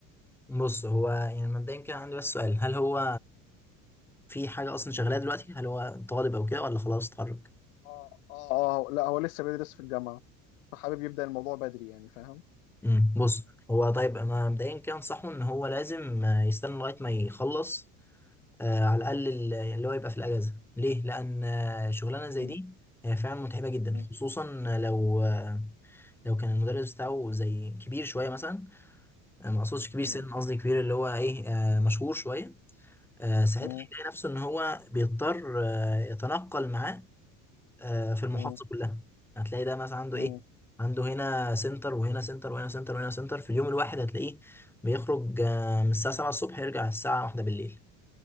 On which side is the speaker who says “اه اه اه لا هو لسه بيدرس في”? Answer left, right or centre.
Left